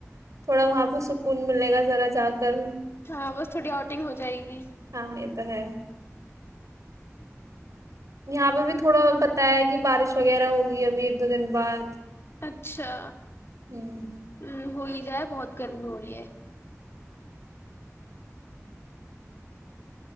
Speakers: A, on the right; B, on the left.
A: تھوڑا وہاں پہ سکون ملے گا ذرا جا کر
B: ہاں بس تھوڑی آؤٹنگ ہو جائے گی
A: ہاں یہ تو ہے یہاں پہ بھی تھوڑا پتایا ہے کہ بارش وغیرہ ہوگی ابھی ایک دو دن بعد
B: اچھا
A: ہوں
B: ہمم ہوئی ج ہے بہت گرمی ہو رہی ہے